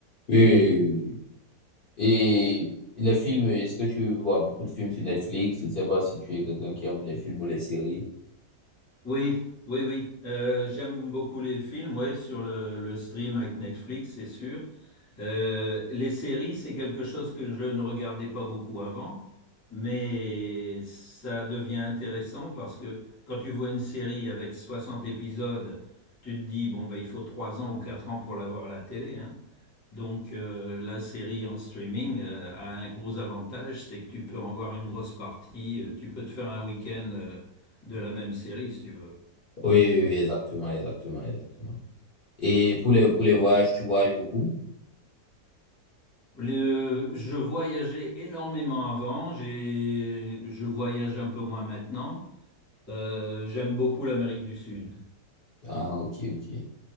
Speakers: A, on the left; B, on the left.
A: Oui, oui, oui, oui. oui. Et les films, est-ce que tu vois beaucoup de films sur Netflix? Je ne sais pas si tu es quelqu'un qui aime les films ou les séries.
B: Oui, oui, oui. Euh, j'aime beaucoup les films, ouais, sur le, le stream avec Netflix, c'est sûr. Euh, les séries, c'est quelque chose que je ne regardais pas beaucoup avant, mais ça devient intéressant parce que quand tu vois une série avec 60 épisodes, tu te dis, bon, ben, il faut 3 ans ou 4 ans pour l'avoir à la télé, hein. Donc, euh, la série en streaming, euh, a un gros avantage, c'est que tu peux en voir une grosse partie, euh, tu peux te faire un week-end, euh, de la même série si tu veux.
A: Oui, oui, oui, exactement, exactement, exactement. Et pour les, pour les voyages, tu voyages beaucoup?
B: Le- je voyageais énormément avant, j'ai, je voyage un peu moins maintenant. Euh, j'aime beaucoup l'Amérique du Sud,
A: Ah, ok, ok.